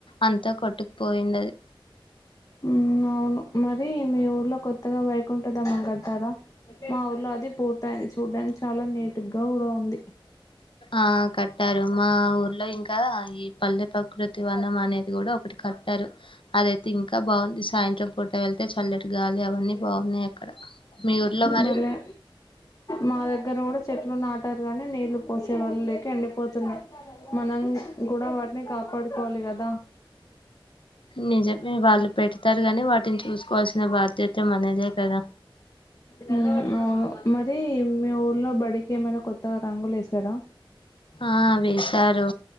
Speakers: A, on the left; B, on the left.
A: అంతా కొట్టు పోయిందది
B: ఉమ్మ్ అవును మరి మీ ఊర్లో కొత్తగా వై కుంట దంగం పెడ్తారా మా ఊర్లో అది పూ తాది చూడ్డానికి చాలా నీట్ గా కూడా ఉంది
A: ఆ కట్టారు మా ఊర్లో ఇంకా ఈ పల్లె ప కృతి వనం అనేది కూడా ఒకటి కట్టారు అదయితే ఇంకా బావుంది సాయంత్రం పూట వెళ్తే చల్లటి గాలి అవన్నీ బాగున్నాయి అక్కడ మీ ఊర్లో మరి
B: భలే మా దగ్గర కూడా చెట్ లు నాటారు గాని నీళ్లు పోసే వాళ్లులేక ఎండి పోతున్నాయ్ మనం కూడా వాటిని కాపాడుకోవాలి గదా
A: నిజమే వాళ్ళు పెడు తారు గాని వాటిని చూసుకోవాల్సిన బాధ్యత మనదే కదా
B: హ్మ్ అవును మ అది మీ ఊర్లో బడికి ఏమైనా కొత్తగా రంగులు ఏసారా
A: ఆ వేసారు